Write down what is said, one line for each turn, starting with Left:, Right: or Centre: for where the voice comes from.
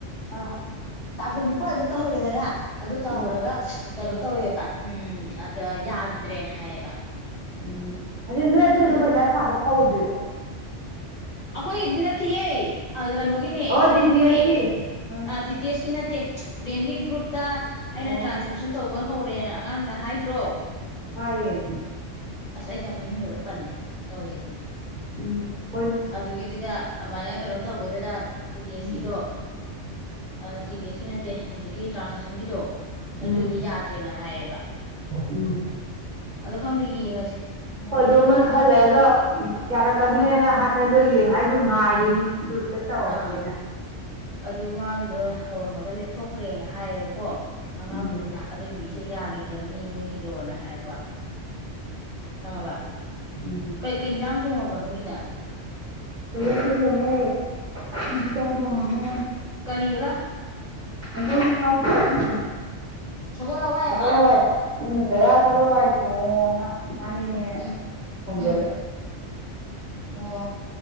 Right: ꯑꯥ
Left: ꯇꯥꯛꯁꯦ ꯅꯤꯄꯥꯟꯗ ꯇꯍꯧꯋꯦꯗꯅ ꯑꯗꯨ ꯇꯧꯍꯧꯔꯒ
Right: ꯎꯝ
Left: ꯀꯩꯅꯣ ꯇꯧꯋꯦꯕ ꯎꯝ ꯑꯗ ꯌꯥꯈꯤꯗ꯭ꯔꯦꯅ ꯍꯥꯏꯌꯦꯕ
Right: ꯎꯝ ꯍꯧꯖꯤꯛ ꯅꯣꯏ ꯑꯗꯨꯒꯤꯗꯣ
Left: ꯑꯗ
Right: ꯄꯩꯁꯥ ꯁꯥꯕ ꯍꯧꯗ꯭ꯔꯤꯕꯣ
Left: ꯑꯈꯣꯏꯒꯤꯗꯤ ꯅꯠꯇꯦꯌꯦ ꯑ ꯀꯩꯅꯣꯒꯤꯅꯦ
Right: ꯑꯣ
Left: ꯄ꯭ꯔꯦꯝꯒꯤꯅꯦ
Right: ꯇꯤ ꯇꯤ ꯑꯦꯁꯀꯤ ꯎꯝ
Left: ꯇꯤ ꯇꯤ ꯑꯦꯁ ꯀꯤ ꯅꯠꯇꯦ ꯄ꯭ꯔꯦꯝꯒꯤ ꯒ꯭ꯔꯨꯞꯇ ꯑꯩꯅ
Right: ꯑꯣ
Left: ꯇ꯭ꯔꯥꯟꯁꯀ꯭ꯔꯤꯞꯁꯟ ꯇꯧꯕ ꯍꯧꯔꯦꯅ ꯑꯉꯥꯡꯗ ꯍꯥꯏꯗ꯭ꯔꯣ
Right: ꯍꯌꯦ
Left: ꯑꯁ ꯑꯩꯁ ꯌꯥꯝ ꯃꯃꯤꯡꯒ ꯂꯣꯏ ꯄꯜꯂꯦ ꯇꯧꯔꯤꯖꯦ
Right: ꯎꯝ ꯍꯣꯏꯅꯤ
Left: ꯑꯗꯨꯒꯤꯗꯨꯗ ꯑꯗꯨꯃꯥꯏꯅ ꯀꯩꯅꯣ ꯇꯧꯕꯗꯨꯗ ꯇꯤꯇꯤ ꯑꯦꯁꯀꯤꯗꯣ
Right: ꯎꯝ
Left: ꯑ ꯇꯤ ꯗꯤ ꯑꯦꯁꯀꯤ ꯅꯠꯇꯦ ꯍꯧꯖꯤꯛꯀꯤ ꯇ꯭ꯔꯥꯟꯁꯁꯤꯁꯟꯒꯤꯗꯣ
Right: ꯎꯝ
Left: ꯑꯗꯨꯏꯗꯤꯣ ꯌꯥꯗ꯭ꯔꯦꯅ ꯍꯥꯏꯌꯦꯕ
Right: ꯎꯝ
Left: ꯑꯗꯣ ꯈꯪꯗꯦ ꯌꯦꯡꯉꯁꯦ ꯃꯣꯏ
Right: ꯍꯣꯏꯗꯣ
Left: ꯊꯥꯔꯛꯑꯀꯥꯟꯗ
Right: ꯃꫭꯏ ꯈꯔꯂꯩꯔꯒ
Left: ꯊꯕꯛ
Right: ꯌꯥꯔꯛꯀꯅꯤꯅ ꯍꯥꯏꯕꯅꯦ ꯑꯗꯣ ꯌꯦꯡꯉ ꯑꯩꯁꯨ ꯉꯥꯏꯔꯤꯅꯤ ꯑꯗꯨ ꯑꯝꯇ ꯇꯧꯒꯦꯅ
Left: ꯑꯥ ꯑꯗꯨ ꯃꯥꯒꯤꯗꯣ ꯍꯧꯔꯝꯃꯒ ꯂꯦꯞꯊꯣꯛꯈ꯭ꯔꯦꯅ ꯍꯥꯏꯌꯦꯕꯀꯣ ꯑꯉꯥꯡꯗꯨꯅ
Right: ꯎꯝ
Left: ꯑꯗꯨꯑꯣꯏꯗꯤ ꯏꯆꯦ ꯌꯥꯈꯤꯗ꯭ꯔꯕꯅꯤ ꯃꯣꯏꯒꯤꯗꯣꯅ ꯍꯥꯏꯔꯛꯄ ꯈꯪꯉꯕ
Right: ꯎꯝ
Left: ꯀꯩꯀꯩ ꯌꯦꯟꯁꯥꯡ ꯊꯣꯡꯉꯕ ꯅꯣꯏꯒꯤꯅ
Right: ꯐꯖꯅ ꯊꯣꯡꯉꯦ ꯃꯤꯗꯤ ꯏꯀꯥꯢ ꯊꯣꯡꯉꯒ
Left: ꯀꯔꯤꯌꯦꯕ
Right: ꯁꯒꯣꯜ ꯍꯋꯥꯢ ꯊꯣꯡꯉꯦ
Left: ꯁꯒꯣꯜ ꯍꯋꯥꯏꯑꯕ
Right: ꯁꯒꯣꯜ ꯍꯋꯥꯢ ꯎꯝ ꯗꯗꯥ ꯁꯒꫭꯜ ꯍꯋꯥꯏ ꯊꯣꯡꯉꯣꯅ ꯆꯥꯅꯤꯡꯉꯦ
Left: ꯎꯝ
Right: ꯊꯣꯡꯖꯤꯜꯂꯦ
Left: ꯎꯝ ꯑꯣ